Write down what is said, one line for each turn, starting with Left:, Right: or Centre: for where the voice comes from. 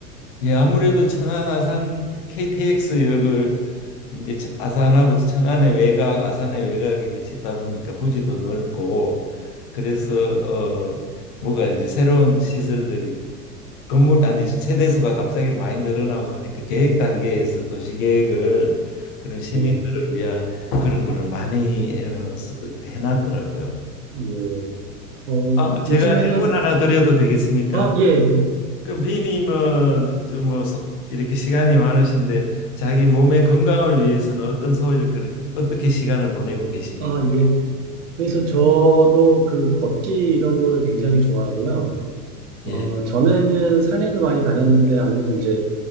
Left: 예, 아무래도 천안 아산 KTX역을 이제 천- 아산하고 천안의 외곽, 아산의 외곽에 이렇게 짓다 보니까 부지도 넓고 그래서 어 뭐가 이제 새로운 시설들이 건물 아니 세대수가 갑자기 많이 늘어나고 하니까 계획 단계에서 도시 계획을 그런 시민들을
Right: 예,
Left: 위한 그런 거를 많이 어, 쓰- 해놨더라고요.
Right: 예. 어,
Left: 아, 제가
Right: 요즘에는,
Left: 질문 하나 드려도 되겠습니까?
Right: 아, 예, 예.
Left: 그럼 비님은 좀 뭐 이렇게 시간이 많으신데 자기 몸의 건강을 위해서는 어떤 소일 어떻게 시간을 보내고 계십니까?
Right: 아, 예. 그래서 저도 그 걷기 이런 거를 굉장히 좋아하고요.
Left: 예.
Right: 어, 전에는 산에도 많이 다녔는데 아무래도 이제